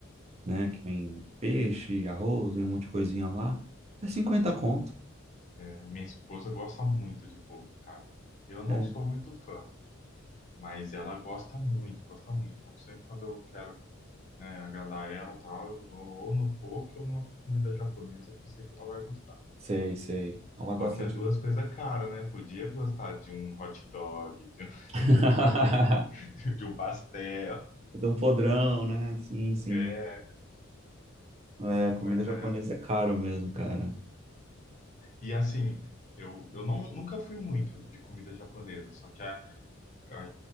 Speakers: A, on the right (about 30°); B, on the left (about 35°).
A: né? Que vem peixe, arroz, vem um monte de coisinha lá. É 50 conto.
B: É, minha esposa gosta muito de poke, cara. Eu não
A: É,
B: sou muito fã, mas ela gosta muito, gosta muito. Então, sempre quando eu quero né, agradar ela e tal, eu vou ou no poke ou numa comida japonesa que eu sei que ela vai gostar.
A: sei, sei. Ela gosta
B: Só que é
A: de.
B: duas coisas caras, né? Podia gostar de um hot dog, de um,
A: <laughs>
B: <laughs> de um cachorro, <laughs> de um pastel,
A: Dá um podrão, né? Sim, sim.
B: é,
A: É, comida
B: mas
A: japonesa
B: é.
A: é caro mesmo, cara.
B: E assim, eu, eu não, nunca fui muito de comida japonesa, só que a, a,